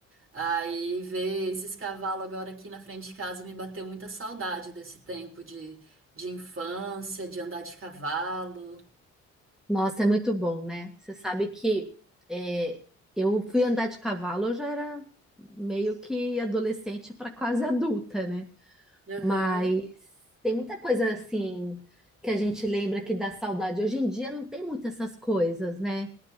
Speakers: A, on the right; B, in the centre.
A: Aí ver esses cavalos agora aqui na frente de casa me bateu muita saudade desse tempo de, de infância, de andar de cavalo.
B: nossa, é muito bom, né? Você sabe que é, eu fui andar de cavalo, eu já era meio que adolescente para quase adulta, né?
A: Aham.
B: Mas tem muita coisa assim que a gente lembra que dá saudade. Hoje em dia não tem muitas essas coisas, né?